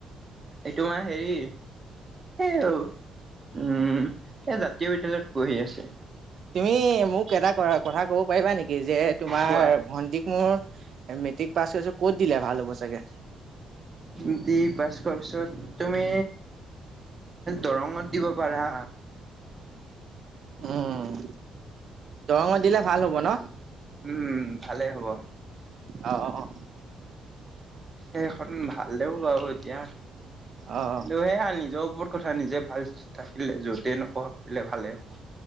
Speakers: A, on the right; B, on the right.
A: এই তোমাৰ হেৰি এই উম এই জাতীয় বিদ্যয়ালয়ত পঢ়ি আছে।
B: তুমি মোক এটা কথা কব পাৰিবা নেকি? যে তোমাৰ
A: কোৱা
B: ভণ্টিক মোৰ মেট্ৰিক পাছ হৈছে ক'ত দিলে ভাল হব চাগে।
A: মেট্ৰিক পাছ কৰাৰ পিছত। তুমি দৰঙত দিব পাৰা।
B: উম দৰঙত দিলে ভাল হ'ব ন।
A: উম ভালেই হ'ব।
B: অঁ', অঁ', অঁ',।
A: সেইখন ভাল দে বাৰু এতিয়া। টো
B: অ অ
A: সেইয়া নিজৰ ওপৰত কথা নিজে ভাল থাকিলে যতে নকলে ভালে হ'ব।